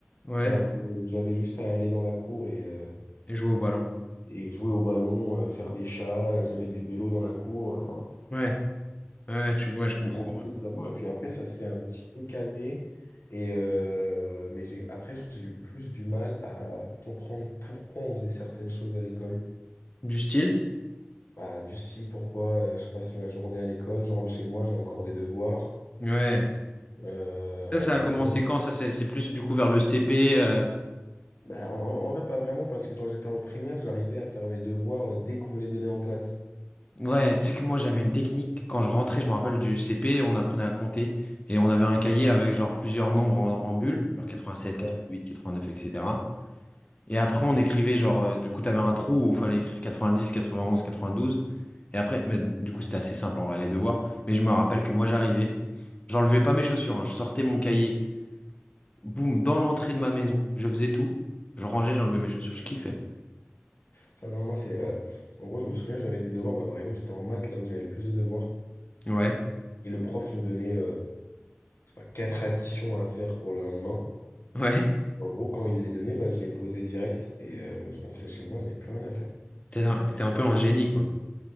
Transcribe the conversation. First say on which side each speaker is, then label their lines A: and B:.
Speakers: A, on the left; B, on the left.
A: Ouais.
B: alors que j'avais juste à aller dans la cour et, euh,
A: Et jouer au ballon.
B: et jouer au ballon, euh, faire des chats, euh, j'avais des vélos dans la cour, euh, enfin,
A: Ouais. Ouais. Tu ouais je comprends.
B: c'était compliqué de savoir. Et puis après, ça s'est un petit peu calmé. Et euh, mais j'ai, après, j'ai eu plus du mal à comprendre pourquoi on faisait certaines choses à l'école.
A: Du style?
B: Bah, du style, pourquoi euh, je passe ma journée à l'école, je rentre chez moi, j'ai encore des devoirs.
A: Ouais.
B: Euh,
A: Ça, ça a commencé quand? Ça, c'est c'est plus du coup vers le CP. euh.
B: bah, en, en vrai, pas vraiment, parce que quand j'étais en primaire, j'arrivais à faire mes devoirs euh, dès qu'on me les donnait en classe.
A: Ouais, tu sais que moi j'avais une technique. Quand je rentrais, je me rappelle du CP, on apprenait à compter. Et on avait un cahier avec genre plusieurs nombres en, en bulles, genre 87, 88,
B: Ouais.
A: 89, etc. Et après, on écrivait genre, euh, du coup, t'avais un trou où il fallait écrire 90, 91, 92. Et après, mais du coup, c'était assez simple en vrai, les devoirs. Mais je me rappelle que moi j'arrivais, j'enlevais pas mes chaussures, hein. Je sortais mon cahier, boum, dans l'entrée de ma maison, je faisais tout. Je rangeais, j'enlevais mes chaussures, je kiffais.
B: Enfin, non, moi, c'est, euh, en gros, je me souviens, j'avais des devoirs. Bah, par exemple, c'était en maths, là où j'avais le plus de devoirs.
A: Ouais,
B: Et le prof nous donnait, euh, je sais pas, quatre additions à faire pour le lendemain.
A: ouais.
B: En gros, quand il les donnait, bah, je les posais direct et euh, je rentrais chez moi, j'avais plus rien à faire.
A: T'étais un, t'étais un peu un génie, quoi.